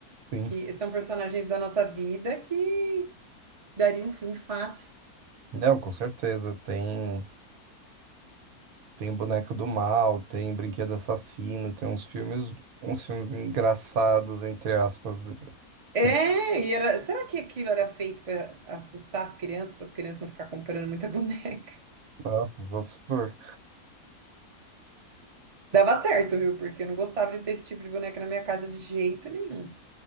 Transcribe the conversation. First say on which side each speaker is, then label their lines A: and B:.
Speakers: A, on the right; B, on the right.
A: sim.
B: que são personagens da nossa vida que daria um filme fácil.
A: Não, com certeza. Tem tem Boneco do Mal, tem Brinquedo Assassino, tem uns filmes, uns filmes engraçados, entre aspas, de-
B: É,
A: com
B: e era, será que aquilo era feito para assustar as crianças, para as crianças não ficar comprando muita <laughs> boneca?
A: nossa, se for.
B: Dava certo, viu? Porque eu não gostava de ter esse tipo de boneca na minha casa de jeito nenhum.